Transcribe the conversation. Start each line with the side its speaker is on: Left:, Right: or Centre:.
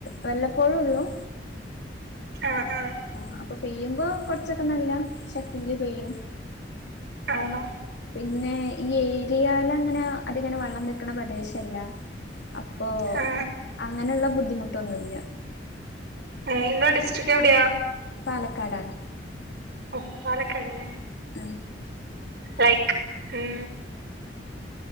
Left: വല്ലപ്പോഴള്ളൂ
Right: ആഹ് ആഹ്
Left: ആഹ് അപ്പ പെയ്യുമ്പോ കൊർച്ചൊക്കെ നല്ല ശക്തിയില് പെയ്യും
Right: ആണോ
Left: പിന്നെ ഈ ഏരിയേലങ്ങനെ അത്ങ്ങനെ വെള്ളം നിക്ക്ണ പ്രദേശല്ല അപ്പോ
Right: ആ
Left: അങ്ങനെള്ള ബുദ്ധിമുട്ടൊന്നുല്ല
Right: അയ്ന്ന ഡിസ്ട്രിക്റ്റ് എവ്ടെയാ
Left: പാലക്കാടാണ്
Right: ഒഹ് പാലക്കാടന്നെ
Left: ആഹ്
Right: ലൈക് ഉം